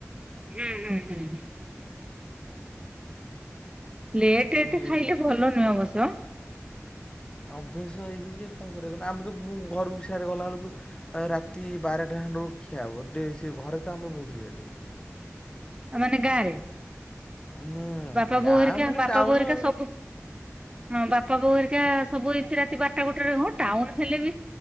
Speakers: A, on the right (about 20°); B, on the left (about 20°).
A: ହୁଁ ହୁଁ ହୁଁ ହୁଁ। ଲେଟ୍ ରେ
B: ସିଏ
A: ଏତେ ଖାଇଲେ ଭଲ ନୁହେଁ ଅବଶ୍ୟ
B: ଅଭ୍ୟାସ ହେଇଯାଇଛି ଯେ କଣ କରିବା କହୁନ ଆମେ ତ ମୁଁ ଘରକୁ ସି ଆଡେ ଗଲାବେଳକୁ ରାତି ବାରଟା ଖଣ୍ଡେ ବେଳକୁ ଖିଆ ହବ ଡେ ସେ ଘରେ ତ ଆମର ବହୁତ ଲେଟେ ହୁଏ।
A: ମାନେ ଗାଁରେ?
B: ହୁଁ
A: ବାପା ବୋଉ
B: ଗାଁ
A: ହରିକା
B: ମାନେ
A: ବାପା
B: ଟାଉନ
A: ବୋଉ ହରିକା
B: ଆଉ
A: ସବୁ ହଁ ବାପା ବୋଉ ହରି କା ସବୁ ଏତେ ରାତି ବାରଟା ଗୋଟେରେ ହଁ ଟାଉନ ହେଲେ ବି